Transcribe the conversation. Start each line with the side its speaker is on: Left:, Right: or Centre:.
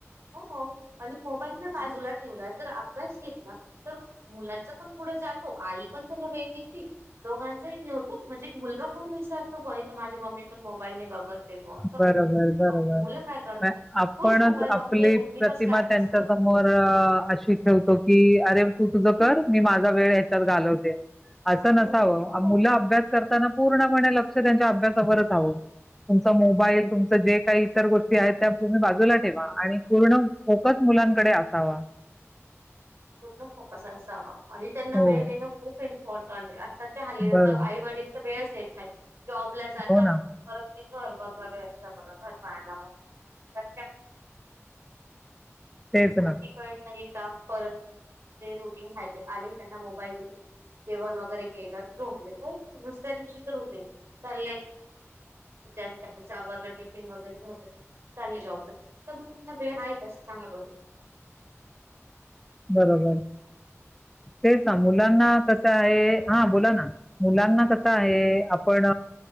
Right: हो हो आणि मोबाईल बाजूला ठेवला जर अभ्यास घेतला तर मुलाच पण पुढे जातो आई पण त्याला वेग घेतती दोघांचा न होतो ना म्हणजे मुलगा पण विसारतो बय माझी मम्मी पण मोबाईल नाही बघत ते ब अस
Centre: बरोबर, बरोबर.
Right: मग मुलं काय करतात
Centre: नाही आपणच
Right: तूच मोबाईल बघतोय
Centre: आपली
Right: मग मी
Centre: प्रतिमा
Right: कस काय अभ्यास
Centre: त्यांच्या
Right: करू.
Centre: समोर अशी ठेवतो की अरे तू तुझं कर मी माझा वेळ ह्याच्यात घालव असं
Right: हो
Centre: नसावं
Right: हो हो
Centre: मुलं अभ्यास करताना पूर्णपणे लक्ष त्यांच्या अभ्यासावरच हवं मोबाईल तुमचं जे काही गोष्टी आहेत त्या तुम्ही बाजूला ठेवा आणि पूर्ण फोकस मुलांकडे आसावा.
Right: पूर्ण फोकस असावा आणि त्यांना
Centre: हो,
Right: वेळ देणं खूप इम्पॉर्टंट आहे. ते हल्ली
Centre: बरोबर.
Right: आता आईवडील तर वेळच. देत नाहीत. जॉब ला जाता
Centre: हो ना.
Right: परत ते. घर बगरे असत बघा घर पागच्या प <unintelligible> <unintelligible>
Centre: तेच ना.
Right: तिकड नाही चा फरक. ते रुटीन खाय ते आले त्यांना मोबाईल दिल जेवण वगैरे केल झोपले परत दुसऱ्या दिवशीच रुटीन चालय. त्या त्यांचं आवरलं टिफीन वगैरे झाला चाले जॉब ला वेळ आहे. कसं सांगा बर.
Centre: बरोबर. तेच ना मुलांना कसं आहे. हा बोला ना मुलांना कस. आहे आपण.